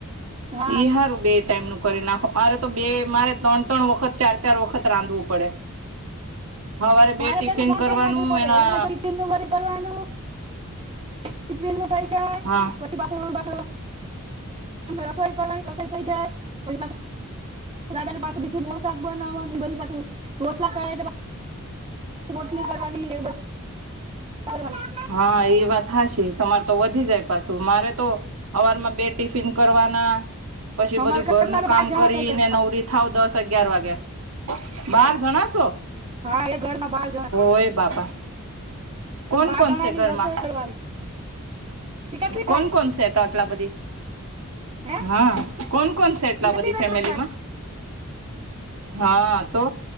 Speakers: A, on the right; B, on the right.
A: હા
B: ઈ સારું બે ટાઈમનું કરી નાખો મારે તો બે મારે ત્રણ ત્રણ વખત ચાર ચાર વખત રાંધવું પડે. હવારે બે
A: મારે
B: ટિફિન
A: કેજે ત્રણ
B: કરવાનું
A: ટાઈમ રાંધવું પડે
B: એના
A: હવે મારે <unintelligible> <unintelligible>
B: હા.
A: પછી પાછું પાછું રસોઈ કર રસોઈ થઈ જાય પછી પાસે ના પાસે બીજું નવું શાક બનાવાનું પછી પાછું રોટલા કર રોટલી કરવાની એવું <unintelligible>
B: હા એ વાત હાચી તમાર તો વધી જાય પાછું મારે તો હવારમાં બે ટિફિન કરવાના પછી બધું
A: અમારે
B: ઘરનું
A: કેટલા
B: કામ
A: બાર જણા
B: કરીને
A: છે ઘરમાં
B: નવરી થાવ દસ અગિયાર વાગે બાર
A: હે
B: જણા છો
A: હા એ ઘરમાં બાર જણા
B: હોય બાપા. કોન
A: ઈ બાર
B: કોનસે
A: જણા ની
B: ઘરમાં
A: રસોઈ કરવાની ઈ કેટલી
B: કોન
A: થાય
B: કોનસે એટલા બધી
A: હે
B: હા કોણ કોણ છે એટલા
A: ઈ કેટલી
B: બધી ફેમિલીમાં
A: રસોઈ થાય
B: હા તો